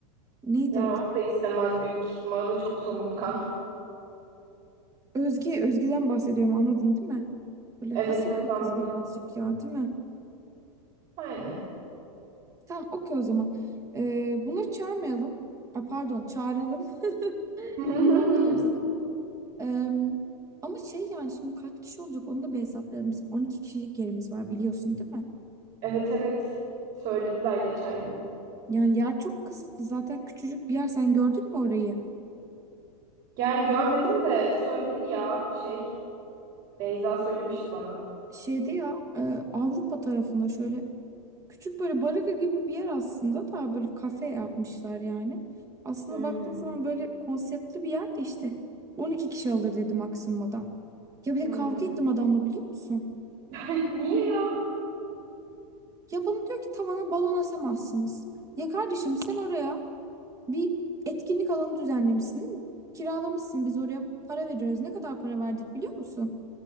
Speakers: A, on the right; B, on the right.
A: Neydi
B: Yani
A: adı?
B: onu da istemez büyük ihtimal. O da çok somurtkan. <laughs>
A: Özge, Özge'den bahsediyorum anladın değil mi? Böyle
B: Evet
A: haset
B: evet
A: bir kız
B: anladım.
A: birazcık ya değil mi?
B: Aynen.
A: Tamam okey o zaman. E, bunları çağırmayalım. A, pardon çağıralım. <laughs>
B: <laughs>
A: Tam tersi. E, ama şey yani şimdi kaç kişi olacak onu da bir hesaplayalım. Bizim 12 kişilik yerimiz var biliyorsun değil mi?
B: Evet evet. Söylediler geçen gün.
A: Yani yer çok kısıtlı. Zaten küçücük bir yer. Sen gördün mü orayı?
B: Yani görmedim de söyledi ya şey. Beyza söylemişti bana.
A: şeyde ya e, Avrupa tarafında şöyle küçük böyle baraka gibi bir yer aslında da böyle kafe yapmışlar yani. Aslında
B: Hmm,
A: baktığın zaman böyle konseptli bir yer de işte 12 kişi alır dedi maksimum adam. Ya bir
B: hmm.
A: de kavga ettim adamla biliyor musun?
B: <laughs> Niye ya?
A: Ya bana diyor ki tavana balon asamazsınız. Ya kardeşim sen oraya bir etkinlik alanı düzenlemişsin değil mi? Kiralamışsın biz oraya para veriyoruz. Ne kadar para verdik biliyor musun?